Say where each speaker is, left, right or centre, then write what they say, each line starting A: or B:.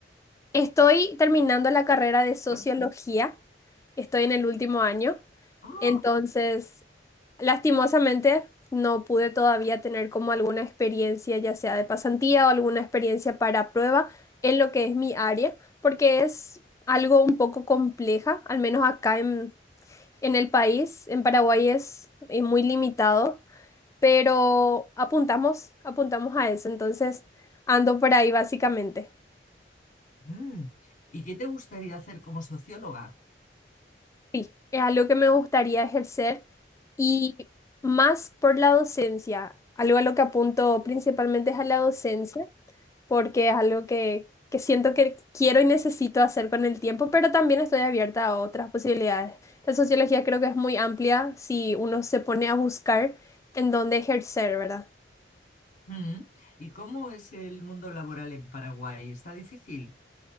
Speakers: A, on the left; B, on the left.
A: Estoy terminando la carrera de sociología.
B: ¿Cuál-
A: Estoy en el último año,
B: ¡Oh!
A: entonces lastimosamente no pude todavía tener como alguna experiencia, ya sea de pasantía o alguna experiencia para prueba en lo que es mi área, porque es algo un poco compleja, al menos acá en, en el país, en Paraguay es, eh, muy limitado, pero apuntamos, apuntamos a eso, entonces ando por ahí básicamente.
B: Mm. ¿Y qué te gustaría hacer como socióloga?
A: Sí, es algo que me gustaría ejercer. Y más por la docencia, algo a lo que apunto principalmente es a la docencia, porque es algo que, que siento que quiero y necesito hacer con el tiempo, pero también estoy abierta a otras posibilidades. La sociología creo que es muy amplia si uno se pone a buscar en dónde ejercer, ¿verdad?
B: Mm. ¿Y cómo es el mundo laboral en Paraguay? ¿Está difícil?